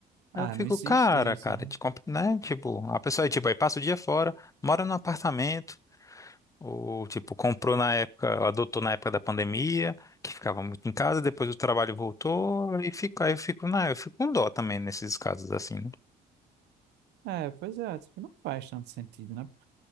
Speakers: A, on the right; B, on the left.
A: Ah,
B: Aí eu fico,
A: não existe
B: cara,
A: isso.
B: cara,
A: né?
B: te compra, né? Tipo, a pessoa é tipo, aí passa o dia fora, mora num apartamento. Ou, tipo, comprou na época, adotou na época da pandemia, que ficava muito em casa, depois o trabalho voltou, e fica, aí eu fico, não, eu fico com dó também nesses casos assim, né?
A: É, pois é, tipo, não faz tanto sentido, né?